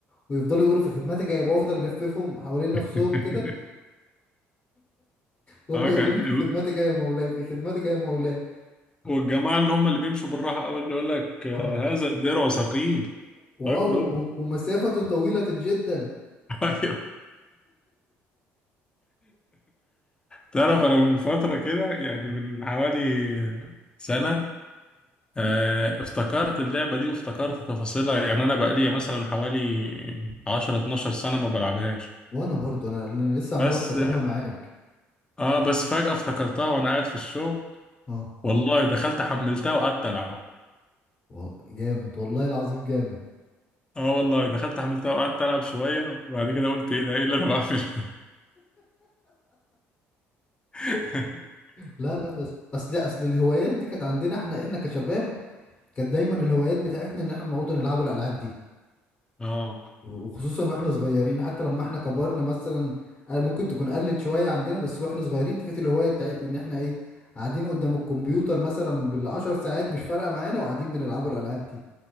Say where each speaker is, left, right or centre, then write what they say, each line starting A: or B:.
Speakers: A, on the left; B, on the left.
A: ويفضلوا يقولوا في خدمتك يا يبقى افضل الففهم حوالين نفسهم
B: <laughs>
A: كده وهم
B: اه
A: يقولوا
B: كان-
A: لي في خدمتك يا مولاي في خدمتك يا مولاي
B: والجماعه اللي هم اللي بيمشوا بالراحه قوي اللي يقول لك آه،
A: اه
B: هذا الدرع ثقيل
A: واه
B: فاكره ده
A: و- ومسافة طويلة جدا
B: <laughs> ايوه تعرف
A: الله
B: انا من فتره كده يعني من حوالي سنه آه، افتكرت اللعبة دي وافتكرت تفاصيلها يعني أنا بقالي مثلا حوالي 10 12 سنة ما بلعبهاش
A: وانا برضو انا أنا لسه عمال
B: بس
A: افتكرها معاك
B: آه بس فجأة افتكرتها وأنا قاعد في الشغل
A: اه
B: والله دخلت حملتها وقعدت ألعب
A: و- جامد والله العظيم جامد
B: آه والله دخلت حملتها وقعدت ألعب شوية وبعد كده قلت إيه ده إيه اللي أنا بعمله ده <laughs>
A: لا لا بس اصل اصل الهوايات دي كانت عندنا احنا احنا كشباب كانت دايما الهوايات بتاعتنا ان احنا نقعد نلعبوا الالعاب دي
B: آه
A: وخصوصا واحنا صغيرين حتى لما احنا كبرنا مثلا آه، ممكن تكون قلت شويه عندنا بس واحنا صغيرين دي كانت الهوايه بتاعتنا ان احنا ايه قاعدين قدام الكمبيوتر مثلا بالعشر ساعات مش فارقه معانا وقاعدين بنلعبوا الالعاب دي